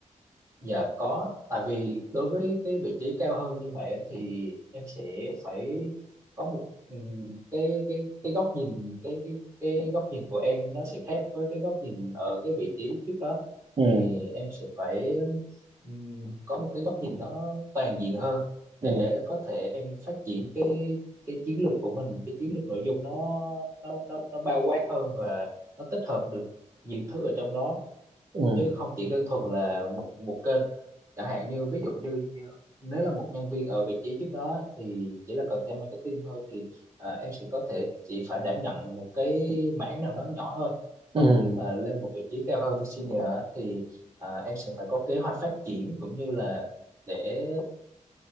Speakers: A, on the right; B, on the right.
A: dạ có tại vì đối với cái vị trí cao hơn như vậy á, thì em sẽ phải có một ừ, cái cái cái góc nhìn cái cái cái góc nhìn của em nó sẽ khác với cái góc nhìn ở cái vị trí trước đó
B: Ừ,
A: thì em sẽ phải ừ, có một cái góc nhìn nó toàn diện hơn để
B: ừ,
A: có thể em phát triển cái cái chiến lược của mình cái chiến lược nội dung nó nó nó nó bao quát hơn và nó tích hợp được nhiều thứ ở trong đó
B: ừ,
A: chứ không chỉ đơn thuần là một một kênh chẳng hạn như ví dụ như, như nếu là một nhân viên ở vị trí trước đó thì chỉ là content marketing thôi thì ờ, em sẽ có thể chỉ phải đảm nhận một cái mảng nào đó nhỏ thôi
B: ừ,
A: còn khi mà lên một vị trí cao hơn như senior á, thì ờ, em sẽ phải có kế hoạch phát triển cũng như là để